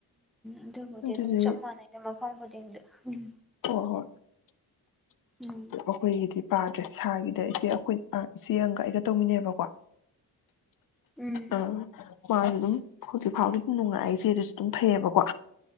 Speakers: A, in the centre; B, on the left (about 60°).
A: ꯑꯗꯨꯕꯨꯗꯤ
B: ꯑꯗꯨꯗꯤ
A: ꯑꯗꯨꯝ ꯆꯞ ꯃꯥꯟꯅꯩꯗ ꯃꯐꯝ ꯈꯨꯗꯤꯡꯗ ꯎꯝ
B: ꯑꯣ ꯍꯣꯏ
A: ꯎꯝ
B: ꯑꯣꯍꯣꯏ ꯒꯤꯗꯤ ꯄꯥꯗ꯭ꯔꯦ ꯁꯥꯔꯒꯤꯗ ꯏꯆꯦ ꯑꯩꯈꯣꯏ ꯑ ꯏꯆꯦ ꯑꯃꯒ ꯑꯩꯒ ꯇꯧꯃꯤꯟꯅꯩꯕꯀꯣ
A: ꯎꯝ
B: ꯑꯪ ꯑ ꯈꯋꯥꯗꯨꯝ ꯍꯧꯖꯤꯛ ꯐꯥꯎꯗꯤ ꯅꯨꯡꯉꯥꯏ ꯏꯆꯦꯗꯨꯁꯨ ꯑꯗꯨꯝ ꯐꯩꯌꯦꯕꯀꯣ